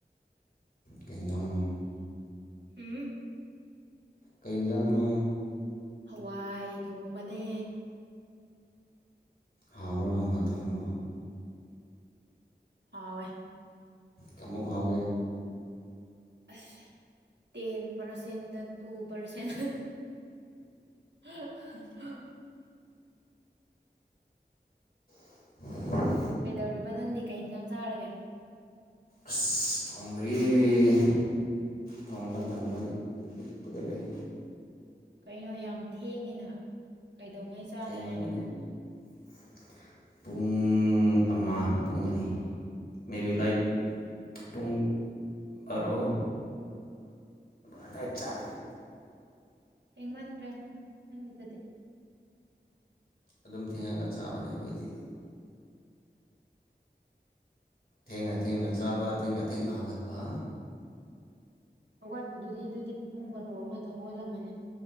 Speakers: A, on the left; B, on the right.
A: ꯀꯖꯅꯣ
B: ꯍꯝ
A: ꯀꯩ ꯌꯦꯟꯖꯥꯡꯅꯣ
B: ꯍꯋꯥꯏ ꯊꯣꯡꯕꯅꯦ
A: ꯍꯥꯕ꯭ꯔꯣ ꯍ ꯍꯥꯏ ꯊꯝꯕꯣ
B: ꯍꯋꯦ
A: ꯀꯃꯃꯛ ꯍꯥꯎꯒꯦ
B: ꯑ ꯇꯦꯟ ꯄꯔꯁꯦꯟ ꯇꯨ ꯄꯔꯁꯦꯟ <inaudible> <unintelligible>
A: <inaudible> <unintelligible>
B: ꯀꯩꯗꯧꯔꯤꯕ ꯅꯪꯗꯤ ꯀꯩ ꯌꯦꯟꯁꯥꯡ ꯆꯥꯔꯒꯦ
A: ꯑꯁ ꯊꯉꯗꯔꯤꯌꯦꯦ ꯊꯣꯡꯕ ꯇꯟꯕ ꯍꯤꯞꯄꯒ ꯂꯩ
B: ꯀꯩꯅꯣ ꯌꯥꯝ ꯊꯦꯡꯉꯤꯅ ꯀꯩꯗꯧꯉꯩ ꯆꯥꯒꯦ
A: ꯊꯦꯡꯕꯅꯦ
B: ꯍꯥꯏꯅꯣ
A: <inaudible> <unintelligible> ꯄꯨꯡ ꯑꯃ ꯄꯨꯡ ꯑꯅꯤ ꯃꯦ ꯕꯤ ꯂꯥꯏꯛ ꯄꯨꯡ ꯕꯥꯔꯣ ꯑꯏꯥꯏ ꯆꯥꯒꯅꯤ
B: ꯍꯡ ꯃꯟꯈ꯭ꯔꯦ ꯅꯪꯒꯤꯗꯗꯤ
A: ꯑꯗꯨꯝ ꯊꯦꯡꯉꯒ ꯆꯥꯕꯅꯦ ꯑꯩꯈꯣꯏꯗꯤ ꯊꯦꯡꯅ ꯊꯦꯡꯅ ꯆꯥꯕ ꯊꯦꯡꯅ ꯊꯦꯡꯅ ꯍꯧꯒꯠꯄ
B: ꯑꯋꯥꯠꯄꯗꯨꯗꯤ ꯑꯗꯨꯗꯤ ꯄꯨꯡ ꯕꯥꯔꯣ ꯑꯃꯗ ꯍꯧꯒꯠꯂꯝꯃꯅꯤ